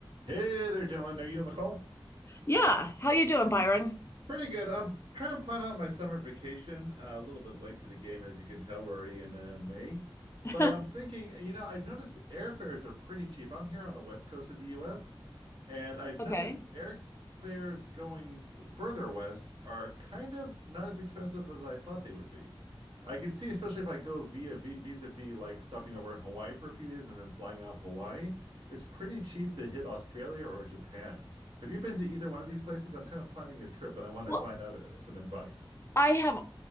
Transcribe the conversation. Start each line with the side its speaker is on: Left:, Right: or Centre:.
Right: Hey there, gentlemen. Are you on the call?
Left: Yeah, how you doing, Byron?
Right: Pretty good. I'm trying to plan out my summer vacation. Uh, a little bit late to the game, as you can tell. We're already in uh, May. But
Left: <laughs>
Right: I'm thinking, you know, I've noticed airfares are pretty cheap. I'm here on the west coast of the US, and I've noticed
Left: Okay.
Right: airfares going further west are kind of not as expensive as I thought they would be. I can see, especially if I go via vi- vis-a-vis like stopping over in Hawaii for a few days and then flying off Hawaii, it's pretty cheap to hit Australia or Japan. Have you been to either one of these places? I'm kind of planning a trip and I want to
Left: Well,
Right: find out uh, some advice.
Left: I have